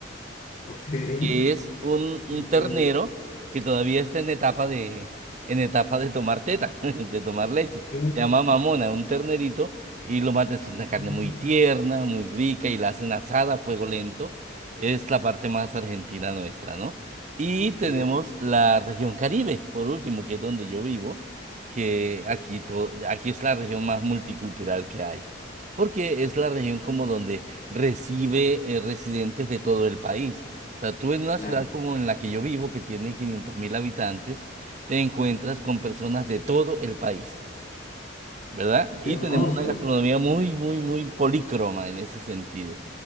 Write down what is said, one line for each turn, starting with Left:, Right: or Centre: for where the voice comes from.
Left: ok.
Right: que es un, un
Left: Sí,
Right: ternero
Left: con dedo.
Right: que todavía está en etapa de, en etapa de tomar teta, <laughs> de tomar leche.
Left: Ok,
Right: Se llama mamona, un ternerito, y lo matan. Es una carne
Left: mm,
Right: muy tierna, muy rica, y la hacen asada a fuego lento. Es la parte más argentina nuestra, ¿no? Y
Left: ok,
Right: tenemos la región Caribe, por último, que es donde yo vivo, que aquí, to- aquí es la región más multicultural que hay, porque es la región como donde recibe eh, residentes de todo el país. O sea, tú en una
Left: claro.
Right: ciudad como en la que yo vivo, que tiene quinientos mil habitantes, te encuentras con personas de todo el país, ¿verdad?
Left: Qué
Right: Y
Left: hermoso.
Right: tenemos una gastronomía muy, muy, muy polícroma en ese sentido.